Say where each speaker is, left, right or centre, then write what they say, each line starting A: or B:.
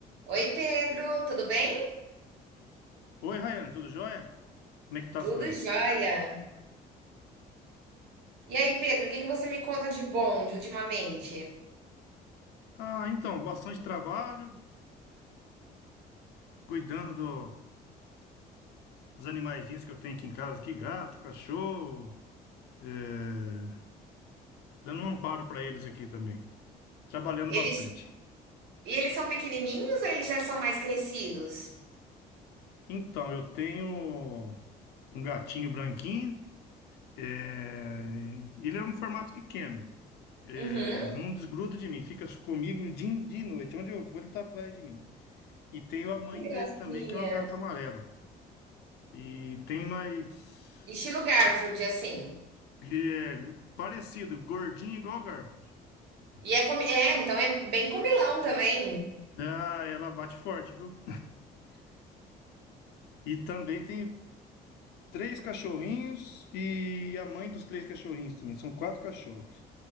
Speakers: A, on the right (about 80°); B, on the left (about 75°).
A: Oi, Pedro, tudo bem?
B: Oi, Raiane, tudo jóia? Como é que tá
A: Tudo
B: as coisas?
A: jóia. E aí, Pedro, o que que você me conta de bom de ultimamente?
B: Ah, então, bastante trabalho, cuidando do- dos animaizinhos que eu tenho aqui em casa, aqui, gato, cachorro, é, dando um amparo para eles aqui também, trabalhando
A: Eles,
B: bastante.
A: e eles são pequenininhos ou eles já são mais crescidos?
B: Então, eu tenho um gatinho branquinho, é, ele é um formato pequeno, é,
A: Uhum,
B: não desgruda de mim, fica comigo dia e dia e noite, onde eu vou ele tá atrás de mim. E tenho a mãe
A: que
B: dele
A: gracinha.
B: também, que é uma gata amarela. E tem mais.
A: Estilo Garfield, assim.
B: que é parecido, gordinho igual a Garfield.
A: E é, comi- é, então é bem comilão também.
B: Ah, ela bate forte, viu? E também tem três cachorrinhos e a mãe dos três cachorrinhos também. São quatro cachorros.